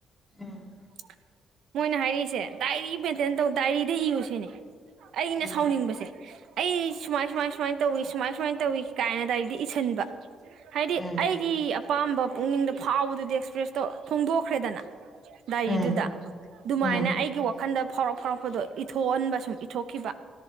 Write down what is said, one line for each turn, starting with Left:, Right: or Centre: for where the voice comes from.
Centre: ꯎꯝ
Right: <unintelligible> ꯃꯣꯏꯅ ꯍꯥꯏꯔꯛꯏꯁꯦ ꯗꯥꯏꯔꯤ ꯃꯦꯟꯇꯦꯟ ꯇꯧ ꯗꯥꯏꯔꯤꯗ ꯏꯌꯨꯁꯤꯅꯤ ꯑꯩꯅ
Centre: ꯎꯝ
Right: ꯁꯥꯎꯅꯤꯡꯕꯁꯦ ꯑꯩ ꯁꯨꯃꯥꯏ ꯁꯨꯃꯥꯏ ꯁꯨꯃꯥꯏꯅ ꯇꯧꯏ ꯁꯨꯃꯥꯏ ꯁꯨꯃꯥꯏꯅ ꯇꯧꯏ ꯀꯥꯏꯅ ꯗꯥꯏꯔꯤꯗ ꯏꯁꯤꯟꯕ ꯍꯥꯏꯗꯤ
Centre: ꯎꯝ
Right: ꯑꯩꯒꯤ ꯑꯄꯥꯝꯕ ꯄꯨꯛꯅꯤꯡꯗ ꯐꯥꯎꯕꯗꯨꯗꯤ ꯑꯦꯛꯁꯄ꯭ꯔꯦꯁꯇꯣ ꯐꯣꯡꯗꯣꯛꯈ꯭ꯔꯦꯗꯅ ꯗꯥꯏꯔꯤꯗꯨꯗ
Centre: ꯎꯝ
Right: ꯑꯗꯨꯃꯥꯏꯅ
Centre: ꯎꯝ
Right: ꯑꯩꯒꯤ ꯋꯥ ꯋꯥꯈꯟꯗ ꯐꯥꯎꯔꯛ ꯐꯥꯎꯔꯛꯄꯗꯣ ꯏꯊꯣꯛꯍꯟꯕ ꯁꯨꯝ ꯏꯊꯣꯛꯈꯤꯕ